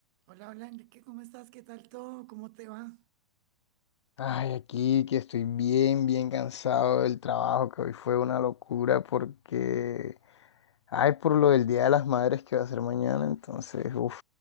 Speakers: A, on the right (about 40°); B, on the left (about 80°).
A: Hola, hola Enrique, ¿cómo estás? ¿Qué tal todo? ¿Cómo te va?
B: Ay, aquí que estoy bien, bien cansado del trabajo, que hoy fue una locura porque, ay, por lo del Día de las Madres que va a ser mañana, entonces, uff,